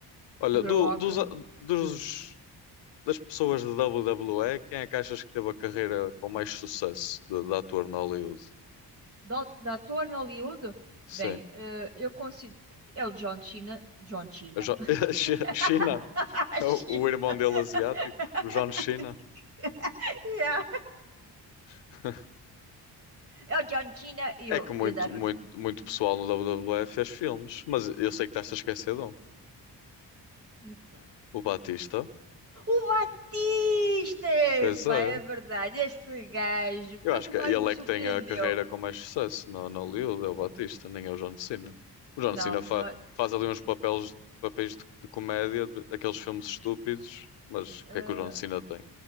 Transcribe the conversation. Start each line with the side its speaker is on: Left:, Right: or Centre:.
Left: Olha,
Right: O The
Left: do-
Right: Rock.
Left: dos, dos- das pessoas de WWE, quem é que achas que teve a carreira com mais sucesso de, de ator na Hollywood?
Right: Do, de ator no Hollywood?
Left: Sim.
Right: Bem, eh, eu considero. É o John Cena. John Cena.
Left: Eu já- <laughs> Chi-
Right: <laughs>
Left: China. O,
Right: China.
Left: o irmão dele asiático,
Right: <laughs>
Left: o John Cena.
Right: Yeah.
Left: <laughs>
Right: É o John Cena e
Left: É
Right: o,
Left: que muito,
Right: e o da.
Left: muito, muito pessoal no WWE fez filmes, mas eu sei que estás a esquecer de um.
Right: Epá.
Left: O Batista.
Right: O Batista!
Left: Pois
Right: Epá,
Left: é.
Right: é verdade. Este gajo foi
Left: Eu acho
Right: o que
Left: que
Right: mais
Left: ele
Right: me surpreendeu.
Left: é que tem a carreira com mais sucesso no, no Hollywood, é o Batista,
Right: Fogo.
Left: nem é o John Cena. O John
Right: Não,
Left: Cena fa-
Right: não é.
Left: faz ali uns papéis, papéis de, de comédia, de- aqueles filmes estúpidos, mas o
Right: eh,
Left: que é que o John Cena tem?